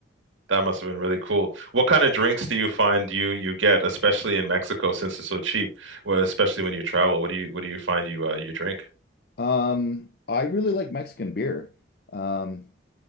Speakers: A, on the right; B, on the left.
A: That must have been really cool. What kind of drinks do you find you you get, especially in Mexico, since it's so cheap? Well, especially when you travel, what do you what do you find you uh, you drink?
B: Um, I really like Mexican beer. Um,